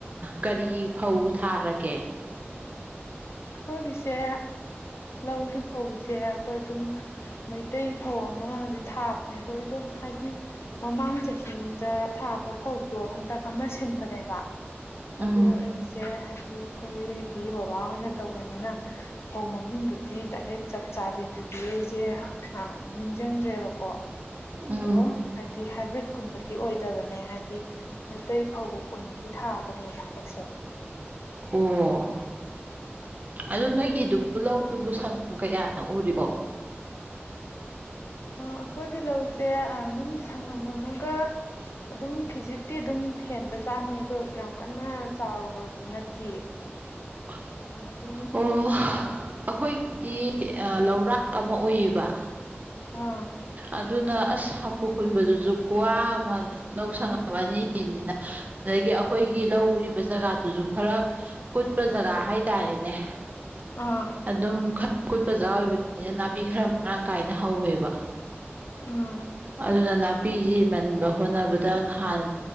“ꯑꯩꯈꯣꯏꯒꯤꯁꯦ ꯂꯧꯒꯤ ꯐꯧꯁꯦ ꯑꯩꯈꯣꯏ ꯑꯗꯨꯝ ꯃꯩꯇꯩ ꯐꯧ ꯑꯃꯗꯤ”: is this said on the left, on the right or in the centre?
Left